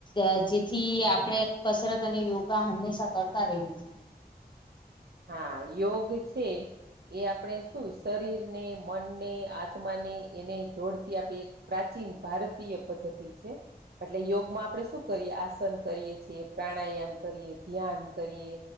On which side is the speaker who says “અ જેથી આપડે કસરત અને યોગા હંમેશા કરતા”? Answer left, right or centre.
Left